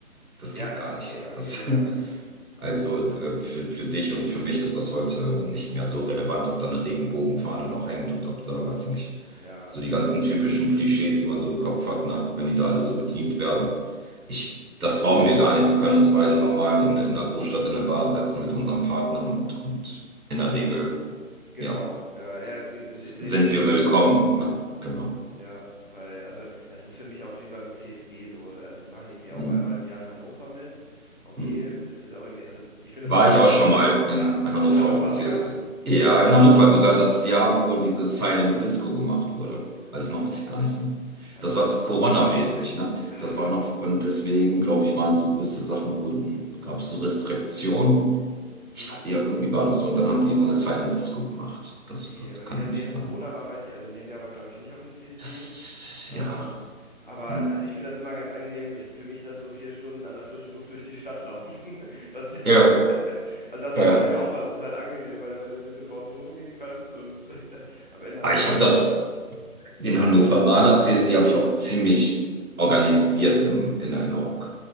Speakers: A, on the right; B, on the left.
A: das
B: Ja,
A: geht gar
B: äh, okay,
A: nicht.
B: okay,
A: Das,
B: ja,
A: <laughs> also äh, für, für dich und für mich ist das heute nicht mehr so relevant, ob da eine Regenbogenfahne noch hängt und ob da, weiß ich nicht,
B: äh, ja,
A: so die ganzen
B: ja.
A: typischen Klischees, die man so im Kopf hat, ne? Wenn die da alle so bedient werden. Ich, das brauchen wir gar nicht. Wir können uns beide normal in, in einer Großstadt in eine Bar setzen mit unserem Partner und, und in der
B: Ge
A: Regel,
B: genau,
A: ja,
B: ja, ja, ge-
A: s-
B: se- se-
A: sind
B: sehe
A: wir willkommen,
B: ich auch so.
A: ne? Genau.
B: Ja, weil, also das ist für mich auch wie beim CSD so. Also mache ich irgendwie auch
A: Hm,
B: einmal im Jahr in Hannover mit. Okay,
A: hm.
B: ist auch irgendwie, also ich finde
A: War
B: das einfach
A: ich
B: ganz,
A: auch schon mal in
B: ja,
A: Hannover
B: in Hannover
A: auf dem CSD.
B: sogar?
A: Ja, in Hannover sogar das Jahr, wo diese Silent Disco gemacht wurde. Also
B: Oh, das
A: noch
B: weiß
A: nicht, gar
B: ich nicht,
A: nicht so.
B: wann
A: Das
B: das
A: war
B: war.
A: Corona-mäßig, ne?
B: Ah,
A: Das war noch, und deswegen, glaube ich, waren so gewisse Sachen, wurden, gab es so Restriktionen.
B: hm,
A: Ich fand, ja, irgendwie war das so. Und dann haben die so eine Silent Disco gemacht. Das,
B: okay,
A: das
B: aber
A: kann
B: wie das
A: ich mich
B: während
A: nicht dran
B: Corona
A: erinnern.
B: war, weiß ich, also in dem Jahr war, glaube ich, nicht auf dem CSD.
A: Das,
B: Ähm,
A: ja.
B: aber
A: Hm.
B: also ich finde das immer ganz angenehm. Ich, für mich ist das so vier Stunden an der frischen Luft durch die Stadt laufen. <laughs> Das,
A: Ja,
B: dann, also das hat
A: ja.
B: irgendwie auch was. Das ist halt angenehm, weil, weil du ein bisschen draußen rumgehen kannst und <laughs> da, am Ende hast
A: Aber
B: du
A: ich
B: da
A: habe
B: diese-
A: das. Den Hannoveraner CSD habe ich auch ziemlich organisiert im, in Erinnerung.